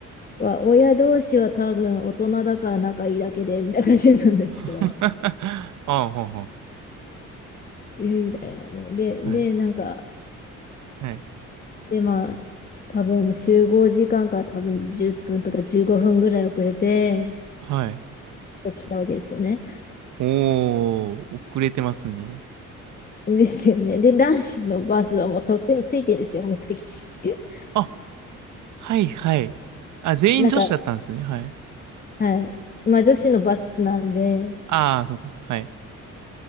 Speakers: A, on the left; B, on the right.
A: は親同士は多分大人だから仲いいだけで、みたいな感じなんですけど、
B: <laughs>
A: <laughs>
B: ああ、ほうほ
A: えー、みたいなの。で、で、
B: う。はい。
A: なんか、
B: はい。
A: で、まあ、多分集合時間から多分10分とか15分ぐらい遅れて、
B: はい。
A: 来たわけですよね。
B: おー、遅れてますね。
A: ですよね。で、男子のバスはもうとっくについてるんですよ、目的地。<laughs>
B: あ、はいはい。あ、全員女子だったんですね。
A: なんか、
B: はい。
A: はい。まあ、女子のバスなんで、
B: ああ、そうか。はい。